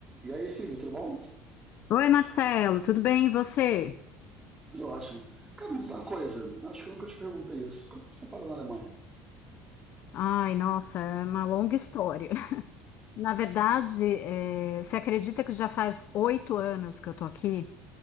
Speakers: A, on the right; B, on the left.
A: E aí, Silvio, tudo bom?
B: Oi, Marcelo, tudo bem e você?
A: Tudo ótimo. Cara, me diz uma coisa, acho que eu nunca te perguntei isso. Quando tu foi parar na Alemanha?
B: Ai, nossa, é uma longa história. <laughs> Na verdade, eh, você acredita que já faz oito anos que eu tô aqui?